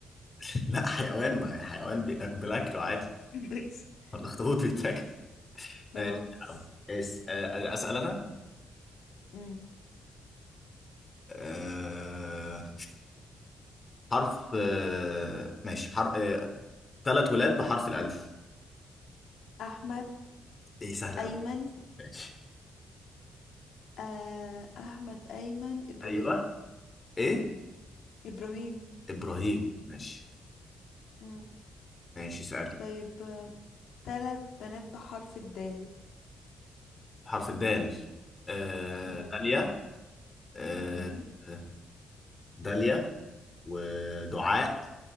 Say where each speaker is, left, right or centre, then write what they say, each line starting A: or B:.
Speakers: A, on the left (about 25°); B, on the left (about 75°).
A: <laughs> لا حيوان ما هي حيوان بيتاكل بالأكل عادي
B: <laughs> ماشي
A: ما الاخطبوط بيتاكل
B: ماشي خلاص
A: ماشي يا عم. اس آه، اسال انا
B: مم.
A: أه... حرف أه... ماشي حرف أه... ثلاث ولاد بحرف الالف
B: احمد
A: ايه سهل
B: ايمن
A: قوي ماشي
B: آه احمد ايمن ابراهيم
A: ايوه ايه
B: ابراهيم
A: ابراهيم ماشي
B: مم.
A: ماشي سألي
B: طيب آه، تلات بنات بحرف الدال
A: حرف الدال آه...
B: مهم.
A: داليا آه...
B: مم.
A: آه، داليا ودعاء